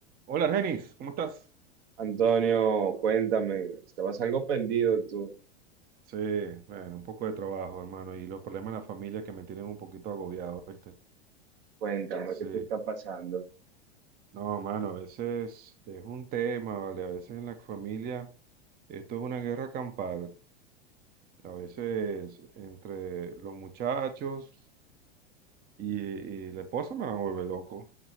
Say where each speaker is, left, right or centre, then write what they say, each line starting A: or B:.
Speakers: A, on the right (about 30°); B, on the right (about 60°).
A: Hola, Argenis, ¿cómo estás?
B: Antonio, cuéntame, estabas algo perdido tú.
A: Sí, bueno, un poco de trabajo, hermano, y los problemas de la familia que me tienen un poquito agobiado, ¿viste?
B: Cuéntame,
A: Sí,
B: ¿qué te está pasando?
A: no, mano, a veces es un tema, ¿vale? A veces en la familia esto es una guerra campal, a veces entre los muchachos y, y la esposa me va a volver loco.